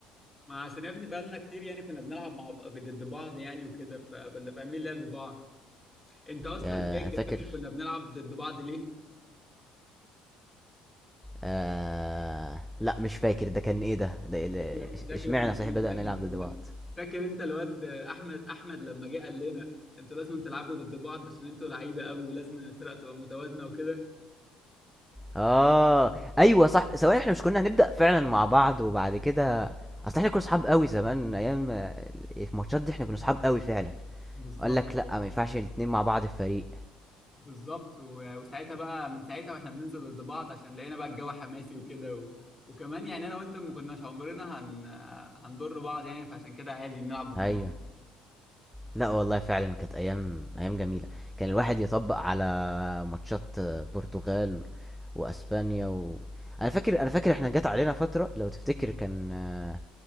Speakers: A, on the left; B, in the centre.
A: ما عشان يا ابني بقالنا كتير يعني كنا بنلعب مع ب- ضد بعض يعني وكده فكنا فاهمين لعب بعض انت اصلا
B: يا
A: فاكر
B: انا فاكر
A: فاكر كنا بنلعب ضد بعض ليه
B: آه لا مش فاكر ده كان ايه ده ده إيه اللي-
A: شكلك
B: إش-
A: شكلك
B: اشمعنى
A: نسيت
B: صحيح بدأنا
A: احنا
B: نلعب
A: كنا
B: دلوقت
A: فاكر انت الواد احمد احمد لما جه قال لنا انتوا لازم تلعبوا ضد بعض عشان انتوا لعيبه قوي ولازم الفرقه تبقى متوازنه وكده
B: اه ايوه صح ثواني احنا مش كنا هنبدأ فعلا مع بعض وبعد كده اصل احنا كنا صحاب قوي زمان ايام آه، الماتشات دي احنا كنا صحاب قوي فعلا
A: بالظبط
B: قال لك لا
A: والله
B: ما ينفعش الاتنين مع بعض في فريق
A: بالظبط و- وساعتها بقى من ساعتها واحنا بننزل ضد بعض عشان لقينا بقى الجو حماسي وكده و... وكمان يعني انا وانت ما كناش عمرنا هن... هنضر بعض يعني فعشان كده عادي نلعب ضد
B: ايوه
A: بعض
B: لا والله فعلا كانت ايام ايام جميلة كان الواحد يطبق على ماتشات آه، برتغال واسبانيا و... انا فاكر انا فاكر احنا جت علينا فترة لو تفتكر كان آه،